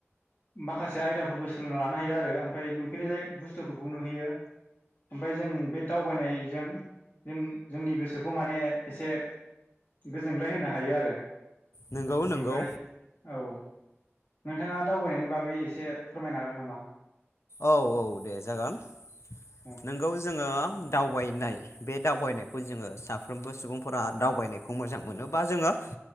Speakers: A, on the left; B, on the left.
A: माखासे आयदाफोरबो सोलोंना लानो हायो आरो ओमफ्राय नुफेरि बुस्थुफोरखौ नुहैयो ओमफफ्राय जों बे दावबायनायजों जों जोंनि गोसोखौ माने एसे गोजोनग्लाय होनो हायो आरो।
B: नंगौ नंगौ
A: ओमफ्राय औ नोंथाङा दावबायनायनि बागै एसे फोरमायनो हागोन नामा?
B: औ औ दे जागोन।
A: औ
B: नोंगौ जोङो दावबायनाय बे दावबायनायखौ जोङो साफ्रोमबो सुबुंफोरा दावबायनायखौ मोजां मोनो बा जोङो